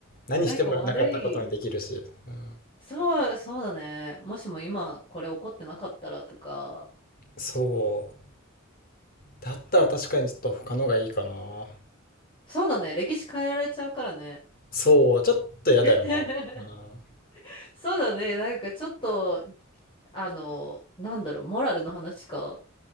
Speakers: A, on the left; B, on the left.
A: 何してもなかったことにできるし。
B: なんか悪い。
A: うん。
B: そう、そうだね。もしも今これ起こってなかったらとか。
A: そう。だったら確かにちょっと他のがいいかな。
B: そうだね。歴史変えられちゃうからね。
A: そう、ちょっと嫌だよ
B: <laughs>
A: な。う
B: そうだね。なんかちょっとあの、なんだろう、モラルの話か。